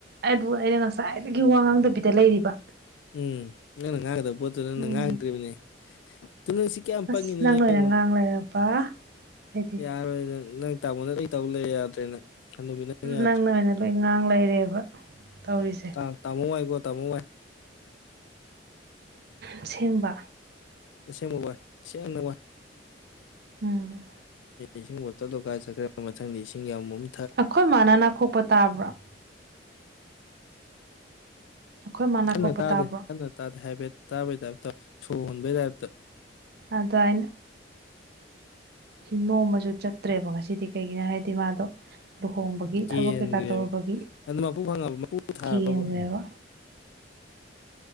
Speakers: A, on the right; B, on the left.
A: ꯑꯩ ꯑꯩꯅ ꯉꯁꯥꯏꯗꯒꯤ ꯋꯥ ꯉꯥꯡꯗꯕꯤꯗ ꯂꯩꯔꯤꯕ
B: ꯎꯝ ꯅꯪꯅ ꯉꯥꯡꯒꯗꯕ ꯄꯣꯠꯇꯨ ꯅꯪꯅ
A: ꯎꯝ
B: ꯉꯥꯡꯗ꯭ꯔꯤꯕꯅꯤ ꯅꯪ <unintelligible>
A: ꯑꯁ ꯅꯪꯅ
B: ꯌꯦꯡꯉꯣ
A: ꯑꫭꯏꯅ ꯉꯥꯡ ꯂꯩꯔꯕ ꯍꯥꯏꯗꯤ
B: ꯌꯥꯔꯣꯏ ꯅꯪ ꯅꯪ ꯇꯥꯃꯣꯅ ꯂꫭꯏ ꯇꯧ ꯂꯩꯔ‌ꯦ ꯌꯥꯗ꯭ꯔꯦ ꯅꯪ ꯍꯅꯨꯕꯤ ꯅꯪ ꯌꯥꯗ꯭ꯔꯦ
A: ꯅꯪꯅ ꯑꯣꯏꯅ ꯂꯣꯏ ꯉꯥꯡ ꯂꯩꯔꯦꯕ ꯇꯧꯔꯤꯁꯦ
B: ꯑ ꯇꯥꯃꯣ ꯋꯥꯏꯀꯣ ꯇꯥꯃꫭ ꯋꯥꯏ
A: ꯑꯁꯦꯡꯕ
B: ꯑꯁꯦꯡꯕ ꯋꯥꯏ ꯁ‌ꯦꯡꯅ ꯋꯥꯏ
A: ꯎꯝ
B: ꯏꯁꯤꯡ ꯕꯣꯇꯜꯗꫭ ꯀꯥꯏ ꯆꯠꯈ꯭ꯔꯦ ꯃꯊꯪꯗ ꯏꯁꯤꯡ ꯌꯥꯎꯝꯑꯃ
A: ꯑꯩꯈꯣꯏ ꯃꯥꯅ ꯅꯥꯊꯣꯛꯄ ꯇꯥꯕ꯭ꯔꫭ ꯑꯩꯈꯣꯏ ꯃꯥ ꯅꯥꯀꯣꯛꯄ
B: ꯀꯟꯅ ꯇꯥꯗꯦ
A: ꯇꯥꯕ꯭ꯔꯣ
B: ꯀꯟꯅ ꯇꯥꯗꯦ ꯍꯥꯏꯐꯦꯠ ꯇꯥꯕꯩ ꯇꯥꯏꯞꯇ ꯁꯣꯟ ꯍꯣꯟꯕꯩ ꯇꯥꯏꯞꯇ
A: ꯑꯗ <unintelligible> ꯑꯩꯅ ꯁꯤ ꯅꯣꯡꯝꯃꯁꯨ ꯆꯠꯇ꯭ꯔꯦꯕ ꯉꯁꯤꯗꯤ ꯀꯩꯒꯤꯅꯣ ꯍꯥꯏꯗꯤ ꯃꯥꯗꯣ ꯂꯨꯍꯣꯡꯕꯒꯤ ꯒꯤ
B: ꯀꯦꯟꯈ꯭ꯔꯦꯕ
A: ꯊꯕꯛ ꯀꯩꯀꯥ ꯇꯧꯔꯨꯕꯒꯤ
B: ꯑꯗꯨ ꯃꯄꯨ ꯐꯪꯉꯕ ꯃꯄꯨ ꯊꯥꯔꯕꯕ
A: ꯀ‌ꯦꯟꯒꯔ‌ꯦꯕ